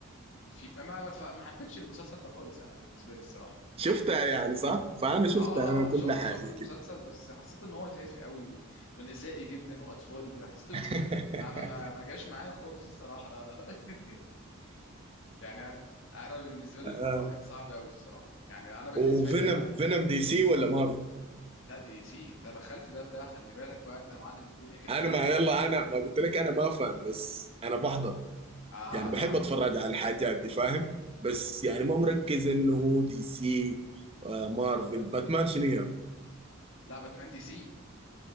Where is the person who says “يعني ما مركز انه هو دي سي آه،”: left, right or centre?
Right